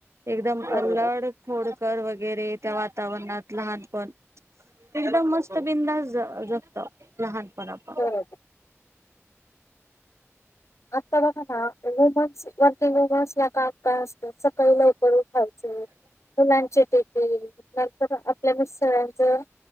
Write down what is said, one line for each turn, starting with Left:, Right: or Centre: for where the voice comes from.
Right: एक अड
Left: बरोबर
Right: कर वगैरे त्या वातावरणात लहानपण एकदम मस्त बिंदाास जगत लहानपणापण
Left: बरोबर आता बघा ना रुमन्स वरती रुमन्स या काळ काय असतं सकाळी लवकर उठायच
Right: <inaudible>
Left: मुलांची टेर आपल्या सळांचं